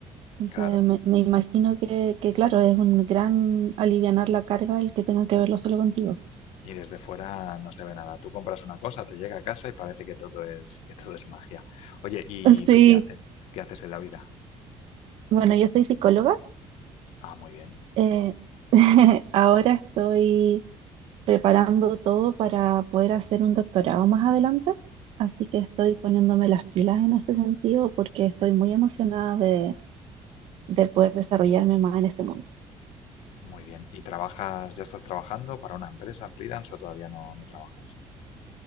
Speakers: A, on the right; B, on the left.
A: Entonces,
B: Claro.
A: me, me imagino que, que, claro, es un gran alivianar la carga el que tenga que verlo solo contigo.
B: Y desde fuera no se ve nada. Tú compras una cosa, te llega a casa y parece que todo es, que todo es magia. Oye, ¿y
A: <laughs> Sí,
B: tú qué haces? ¿Qué haces en la vida?
A: bueno, yo soy psicóloga.
B: Ah, muy bien,
A: eh, <laughs> ahora estoy preparando todo para poder hacer un doctorado más adelante, así que estoy poniéndome las pilas en ese sentido porque estoy muy emocionada de, de poder desarrollarme más en este mundo.
B: muy bien. ¿Y trabajas, ya estás trabajando para una empresa freelance o todavía no, no trabajas?